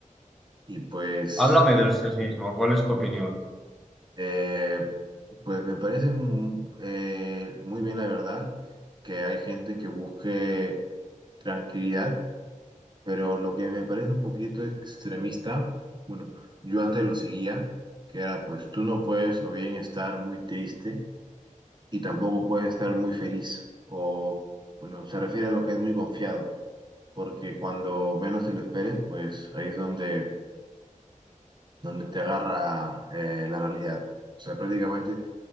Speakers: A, on the right; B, in the centre.
A: y pues,
B: Háblame del sexismo. ¿Cuál es tu opinión?
A: eh, pues me parece mm, eh, muy bien la verdad que hay gente que busque tranquilidad, pero lo que me parece un poquito extremista, bueno, yo antes lo seguía, que era pues tú no puedes o bien estar muy triste y tampoco puedes estar muy feliz. O, bueno, se refiere a lo que es muy confiado, porque cuando menos te lo esperes, pues ahí es donde, donde te agarra eh, la realidad. O sea, prácticamente